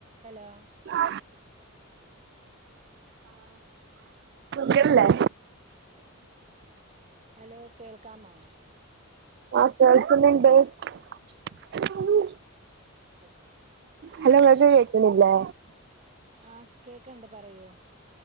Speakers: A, on the right; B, on the right.
A: Hello
B: ആ കിട്ട്ണ്ല്ലേ?
A: Hello കേൾക്കാമോ?
B: ആ കേൾക്കുന്ന് ണ്ട്
A: ഓക്കെ
B: ഹലോ ങ്ങക്ക് കേക്ണ് ല്ലേ
A: ആ കേക്ക്ണ് ണ്ട് പറയൂ